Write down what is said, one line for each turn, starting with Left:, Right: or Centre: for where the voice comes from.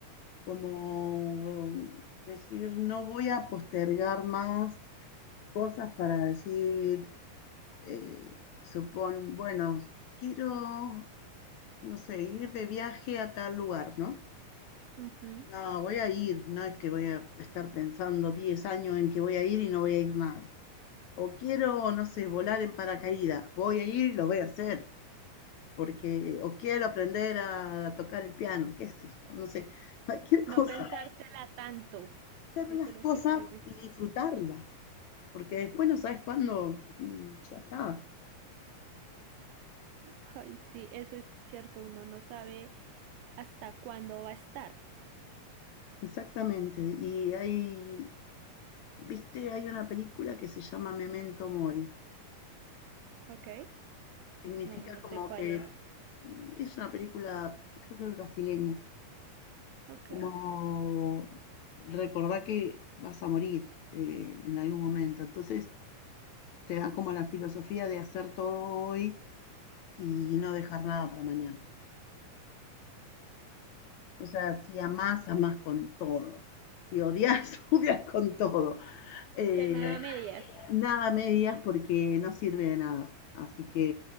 Left: como decir, no voy a postergar más cosas para decir, eh, supón, bueno, quiero, no sé, ir de viaje a tal lugar, ¿no?
Right: <laughs> ujú,
Left: No, voy a ir, no es que voy a estar pensando 10 años en que voy a ir y no voy a ir nada. o quiero, no sé, volar en paracaídas, voy a ir y lo voy a hacer, porque, o quiero aprender a tocar el piano, qué sé yo, no sé, <laughs> cualquier
Right: no
Left: cosa.
Right: pensártela tanto,
Left: Hacer
Right: eso
Left: las
Right: es lo
Left: cosas
Right: que estás diciendo.
Left: y disfrutarlas, porque después no sabes cuándo, mm, ya está,
Right: Ay, sí, eso es cierto, uno no sabe hasta cuándo va a estar.
Left: exactamente. Y hay, viste, hay una película que se llama Memento Mori,
Right: Ok,
Left: significa
Right: No, no
Left: como
Right: sé cuál
Left: que
Right: es.
Left: mm, es una película, creo que es brasileña
Right: Ok.
Left: como recordar que vas a morir eh, en algún momento. Entonces te da como la filosofía de hacer todo hoy y no dejar nada para mañana. O sea, si amás, amás con todo. Si odias, <laughs> odias con todo. Eh,
Right: Semana a medias.
Left: nada medias porque no sirve de nada. Así que,